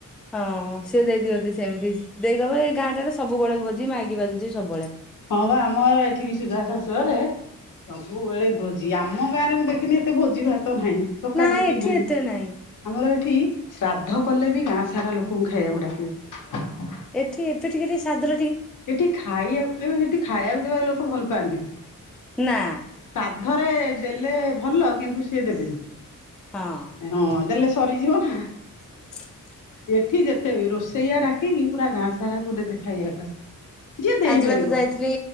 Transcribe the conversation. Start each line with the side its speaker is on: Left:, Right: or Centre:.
Centre: ହଁ ସେ ଦେଇଦିଅନ୍ତି ସେମିତି ଦେଇ କହିବ ଏଇ ଗାଁଟାରେ ସବୁବେଳେ ଭୋଜି ମାଇକି ବାଜୁଛି ସବୁବେଳେ।
Left: ହଁ ବା ଆମର ଏଠି ବି ସୁଧା ଶାଶୁଘରେ ସବୁବେଳେ ଭୋ ଜି ଆମ ଗାଁରେ ମୁଁ ଦେଖିନି ଏତେ ଭୋଜି ଭାତ ନାହିଁ ଡକାଡକି
Centre: ନା ଏଠି
Left: ନାହିଁ
Centre: ଏତେ ନାଇଁ
Left: ଆମର ଏଠି ଶ୍ରାଦ୍ଧ କଲେ ବି ଗାଁ ସାରା ଲୋକଙ୍କୁ ଖାଇବାକୁ ଡାକିବେ।
Centre: ଏଠି ଏତେ ଟିକେ ଟିକେ ସାଦ
Left: ଏଠି ଖାଇବାକୁ ଏଠି ଖାଇବାକୁ ଦେବା ଲୋକ ଭଲ ପାଆନ୍ତିନି।
Centre: ନା।
Left: ଥରେ ଦେଲେ ଭଲ କିନ୍ତୁ ସିଏ ଦେବେନି
Centre: ହଁ
Left: ହଁ ଦେଲେ ସେ ସରିଯିବ ନା।
Centre: <unintelligible>
Left: ଏଠି ଯେତେ ରୋଷେଇଆ ଡାକିକି ପୁରା ଗାଁ ସାରା କୁ ଦେବେ ଖାଇବା ପାଇଁ। ଯିଏ ଦେଇପାରିବ
Centre: ଆଜି ବା ତ ଯାଇଥିଲି